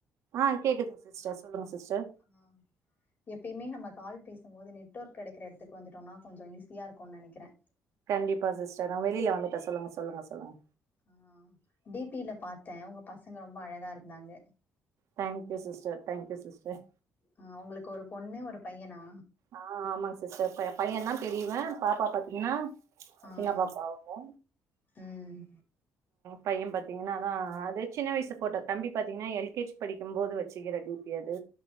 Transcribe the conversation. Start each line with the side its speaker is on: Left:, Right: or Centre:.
Right: ஆ கேக்குதுங்க சிஸ்டர் சொல்லுங்க சிஸ்டர்
Left: ஆ எப்பயுமே நம்ம கால் பேச ம் போது நெட்வொர்க் கெடைக்குற எடத்துக்கு வந்துடொன்னா கொஞ்ச ஈஸியா இருக்குனு நெனைக்கிறேன்
Right: கண்டிப்பா சிஸ்டர் நா வெளியில வந்துட்டே சொல்லுங்க-சொல்லுங்க-சொல்லுங்க
Left: ஆஹ் டிபில பார்த்தே உங்க பசங்க ரொம்ப அழகா இருந்தாங்க
Right: தேங்க்யூ சிஸ்டர் தேங்க்யூ சிஸ்டர்
Left: ஆஹ் உங்களுக்கு ஒரு பொண்ணு ஒரு பையனா
Right: ஆஹ் ஆமாங்க சிஸ்டர் பையன் தா பெரியவே பாப்பா பாத்தீங்கன்னா
Left: ஆஹ்
Right: சின்ன பாப்பா அவங்க
Left: உம்
Right: பையன் பாத்தீங்கன்னா அதா அது சின்ன வயசு போட்டோ தம்பி பாத்தீங்கன்னா எல் கே ஜி படிக்குமோது வெச்சுக்குற டிபி அது